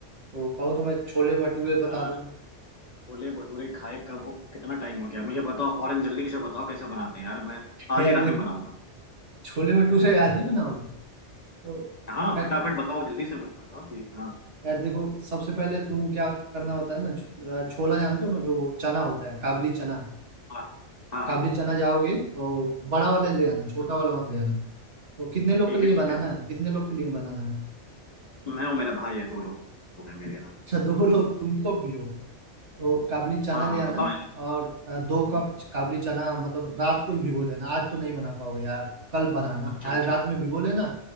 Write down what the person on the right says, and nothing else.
तो कहो तो मैं छोले भटूरे बता
दूं
<laughs>
यार
देखो
छोले भटूरे आज ही बनाओगी तो
यार
यार देखो सबसे पहले तुम क्या करना होता है ना छ- छोला जानते हो ना जो चना होता है काबली चना
काबली चना जाओगे और बड़ा वाला ले आना
छोटा वाला मत ले आना तो कितने लोग
के लिए
बनाना
है कितने लोग के लिए बनाना है
अच्छा दो लोग तुम लोग भी हो? तो काबली चना
ले
आना
और अ, दो
कप काबली चना मतलब रात को ही भिगो लेना आज तो नहीं बना पाओ यार कल बनाना
आज
रात में भिगो लेना